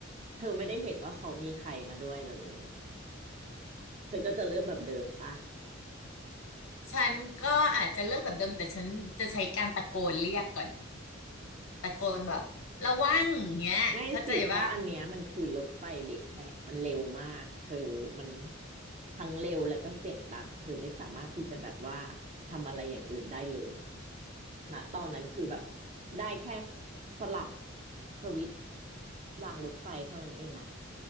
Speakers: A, on the right (about 35°); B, on the left (about 80°).
A: เธอไม่ได้เห็นว่าเขามีใครมาด้วยเลยอะไรอย่างเงี้ยเธอก็จะเลือกแบบเดิมปะ
B: ฉันก็อาจจะเลือกแบบเดิมแต่ฉันจะใช้การตะโกนเรียกก่อน ตะโกนแบบระวังเงี้ยเข้าใจว่า
A: ไม่สิเพราะอันเนี้ยมันคือรถไฟเบรกแตกมันเร็วมากเธอมันทั้งเร็วแล้วก็เสียงดังเธอไม่สามารถที่จะแบบว่าทำอะไรอย่างอื่นได้เลยอะณตอนนั้นคือแบบได้แค่สลับสวิตช์รางรถไฟเท่านั้นเองอ่ะ